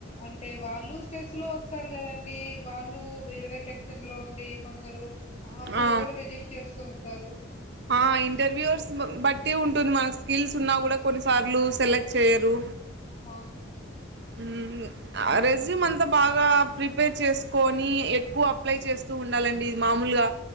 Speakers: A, on the left; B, on the right.
A: అంటే వాళ్ళూ స్ట్రెస్ లో వస్తారు కదండి వాళ్ళూ వేరు వేర టెం డ్ లో ఉండి కొందరు అప్పుడు
B: ఆ
A: కూడా రిజెక్ట్ చేస్తూ ఉంటారు
B: ఆ ఇంటర్వ్యూస్ బట్టి ఉంటుంది మన స్కిల్స్ ఉన్నా కూడా కొన్నిసార్లు సెలెక్ట్ వేరూ
A: అవును
B: హ్మ్ రెజ్యూమ్ అంతా బాగా ప్రిపేర్ చేసుకొని ఎక్కువ అప్లై చేస్తూ ఉండాలండి ఇది మామూలుగా